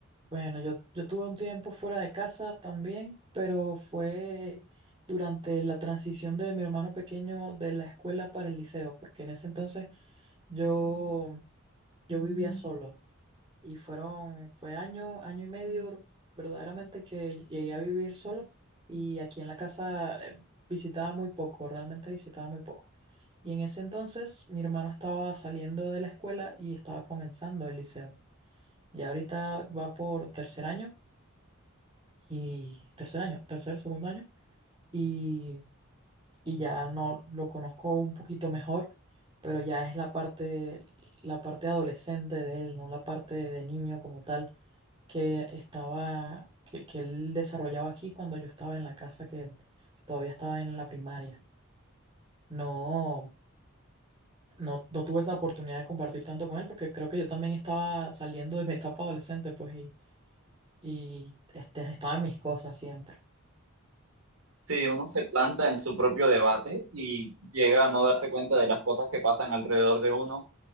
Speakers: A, on the right (about 25°); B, on the right (about 75°).
A: Bueno, yo, yo tuve un tiempo fuera de casa también, pero fue durante la transición de mi hermano pequeño de la escuela para el liceo, porque en ese entonces yo, yo vivía solo. Y fueron, fue año, año y medio verdaderamente que llegué a vivir solo y aquí en la casa eh, visitaba muy poco, realmente visitaba muy poco. Y en ese entonces mi hermano estaba saliendo de la escuela y estaba comenzando el liceo. Ya ahorita va por tercer año y tercer año, tercer, segundo año y, y ya no lo conozco un poquito mejor, pero ya es la parte, la parte adolescente de él, no la parte de niño como tal que estaba, que, que él desarrollaba aquí cuando yo estaba en la casa, que él todavía estaba en la primaria. No, no, no tuve esa oportunidad de compartir tanto con él porque creo que yo también estaba saliendo de mi etapa adolescente, pues, y, y este, estaba en mis cosas siempre.
B: Sí, uno se planta en su propio debate y llega a no darse cuenta de las cosas que pasan alrededor de uno.